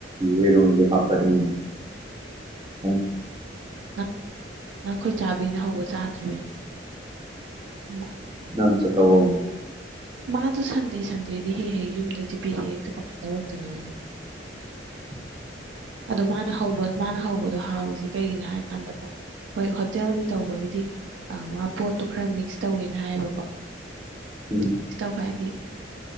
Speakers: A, on the right (about 25°); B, on the right (about 70°).
A: ꯌꯦꯔꯨꯝꯖꯨ ꯍꯥꯞꯄꯛꯏ ꯈꯪ
B: ꯅꯛ ꯅꯪ ꯑꯩꯈꯣꯏ ꯆꯥꯕꯤꯅ ꯍꯧꯕ ꯆꯥꯗ꯭ꯔꯤꯕꯩꯅꯤ ꯃꯥ
A: ꯅꯪ ꯆꯥꯠꯂꯥꯑꯣ
B: ꯃꯥꯗꯣ ꯁꯟꯗꯦ ꯁꯟꯗꯦꯗꯤ ꯍꯦꯛ ꯍꯦꯛ ꯌꯨꯝꯗꯗꯤ ꯄꯤꯔꯛꯑꯦ ꯑꯗꯨ ꯀꯃꯥꯏꯅ ꯂꯧꯔꯛꯇꯣꯏꯅꯣ ꯑꯩꯅ
A: <inaudible>
B: ꯑꯗꯣ ꯃꯥꯅ ꯍꯧꯕ ꯃꯥꯅ ꯍꯧꯕꯗꯣ ꯍꯥꯎꯔꯤꯁꯦ ꯀꯩꯒꯤꯅꯣ ꯍꯥꯏꯀꯥꯟꯗ ꯀꯣ ꯍꯣꯏ ꯍꯣꯇꯦꯜꯒꯤ ꯇꯧꯕꯒꯤꯗꯤ ꯑꯥ ꯃꯥ ꯄꯣꯠꯇꯨ ꯈꯔ ꯃꯤꯛꯁ ꯇꯧꯋꯦꯅ ꯍꯥꯏꯌꯦꯕꯀꯣ
A: ꯎꯝ
B: ꯃꯤꯛꯁ ꯇꯧꯕ ꯍꯥꯏꯗꯤ